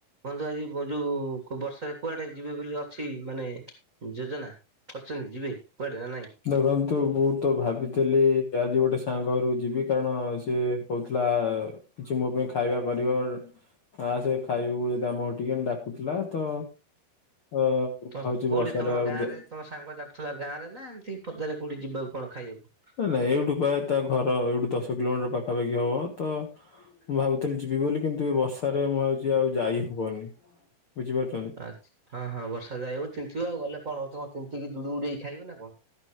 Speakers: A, on the right; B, on the left.
A: ବନ୍ଧୁ ଆଜି ଯୋଉ ବର୍ଷାରେ କୁଆଡେ ଯିବେ ବୋଲି ଅଛି ମାନେ ଯୋଜନା କରିଛନ୍ତି ଯିବେ କୁଆଡେ ନା ନାଇଁ
B: ଦେଖନ୍ତୁ ମୁଁ ତ ଭାବିଥିଲି ଆଜି ଗୋଟେ ସାଙ୍ଗଘରକୁ ଯିବି କାରଣ ସିଏ କହୁଥିଲା କିଛି ମୋ ପାଇଁ ଖାଇବା କରିବ ଆ ଆ ସେ ଖାଇବାକୁ ଯଦି ଆମ ଘର ଟିକେ ଡାକୁଥିଲା ତ ଅ
A: ତ
B: ଭାବୁଛି ବର୍ଷାରେ
A: କଉଠି ତମ
B: ଆଉ
A: ଗାଁରେ
B: ଯା
A: ତମ ସାଙ୍ଗ ଯାାଉ ଥିଲା ଗାଁ ରେ ନା ଏମିତି ପଦାରେ କୋଉଠି ଯିବାକୁ କଣ ଖାଇବାକୁ?
B: ନାଇଁ ନାଇଁ ଏଇଠୁ ପ୍ରାୟ ତା ଘର ଏଇଠି ଦଶ କିଲୋମିଟର ପାଖାପାଖି ହବ ତ ମୁଁ ଭାବୁଥିଲି ଯିବି ବୋଲି କିନ୍ତୁ ଏ ବର୍ଷାରେ ମୁଁ ହଉଛି ଆଉ ଯାଇ ହବନି ବୁଝିପାରୁ।
A: ଆଛ ହଁ ହଁ ବର୍ଷା ରେ ଯାଇହବ ତିନ୍ତିବ ଗଲେ କଣ ହଉ କଣ ତୀନ୍ତିକି ଜୁଡୁବୁଡୁ ହେଇ ଖାଇବ ନା କଣ।